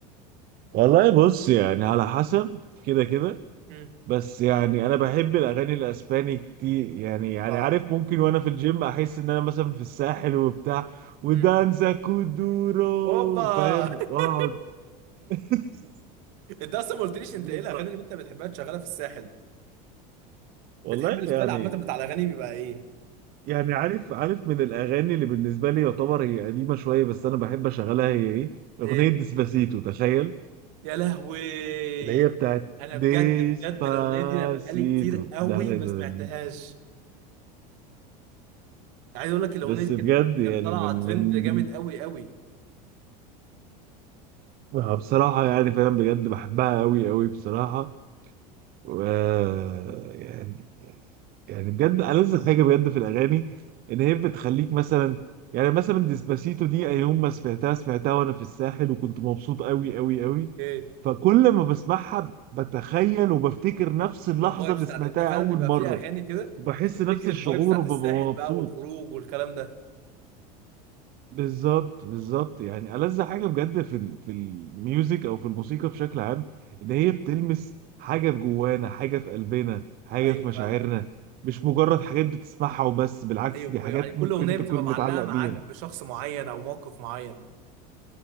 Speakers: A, on the right; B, on the right.
A: والله بص يعني على حسب كده كده
B: مم.
A: بس يعني انا بحب الاغاني الاسباني كتير يعني
B: اوبا
A: يعني عارف ممكن وانا في الجيم احس ان انا مثلا في الساحل وبتاع ودانزا
B: مم.
A: كودورو
B: اوبا
A: فاهم
B: <laughs>
A: واقعد <laughs>
B: انت اصلا ما قلتليش انت
A: بص-
B: ايه الاغاني اللي انت بتحبها تشغلها في الساحل؟ بتحب
A: والله
B: الستايل
A: يعني
B: عامه بتاع الاغاني بيبقى ايه؟
A: يعني عارف عارف من الاغاني اللي بالنسبه لي يعتبر هي قديمه شويه بس انا بحب اشغلها هي ايه اغنيه
B: ايه؟
A: ديسباسيتو تخيل
B: يا لهوي
A: اللي هي بتاعت
B: انا
A: ديسباسيتو
B: بجد بجد الاغنيه دي انا بقالي كتير قوي
A: ده ده-
B: ما
A: ده-
B: سمعتهاش
A: ده.
B: عايز اقول لك الاغنيه
A: بس
B: دي كانت
A: بجد يعني
B: كانت طالعه
A: من
B: ترند
A: من
B: جامد
A: من-
B: قوي قوي
A: آه، بصراحه يعني فعلا بجد بحبها قوي قوي بصراحه و يعني يعني بجد ألذ حاجة بجد في الأغاني إن هي بتخليك مثلا يعني مثلا ديسباسيتو دي أي يوم ما سمعتها سمعتها وأنا في الساحل وكنت مبسوط أوي أوي أوي
B: ايه
A: فكل ما بسمعها بتخيل وبفتكر نفس اللحظة
B: الفايبس
A: اللي
B: بتاعت
A: سمعتها
B: انت فعلا
A: أول
B: بيبقى
A: مرة
B: في اغاني كده
A: وبحس
B: بتفتكر
A: نفس الشعور
B: الفايبس بتاعت
A: وببقى
B: الساحل بقى
A: مبسوط
B: والخروج والكلام ده
A: بالظبط بالظبط يعني ألذ حاجة بجد في ال... في الميوزك أو في الموسيقى بشكل عام إن هي بتلمس حاجة في جوانا حاجة في قلبنا حاجة
B: ايوه
A: في مشاعرنا
B: فعلا
A: مش مجرد حاجات بتسمعها وبس بالعكس
B: ايوه ب-
A: دي حاجات
B: يعني كل
A: ممكن
B: اغنيه
A: أنت
B: بتبقى
A: تكون متعلق
B: معلقه معاك
A: بيها
B: بشخص معين او موقف معين